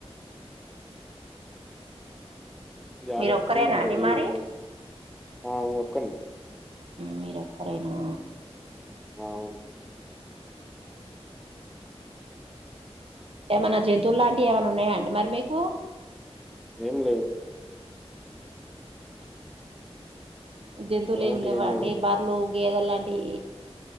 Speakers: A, in the centre; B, on the right.
A: జాబ్
B: మీరు
A: వాతేనే
B: ఒక్కరేనా
A: మనం
B: అండి
A: చేయలేము
B: మరి
A: అ నొకండి
B: మీరొక్కరైనా
A: అవును
B: ఏమైన్నా జంతువులు లాంటివి ఏమైనా ఉన్నాయా అండి మరి మీకు
A: ఏం లేవు
B: జంతువులు
A: అవలంటే
B: ఏం లేవా అండి
A: లేవు
B: బర్రలు గేదే లాంటి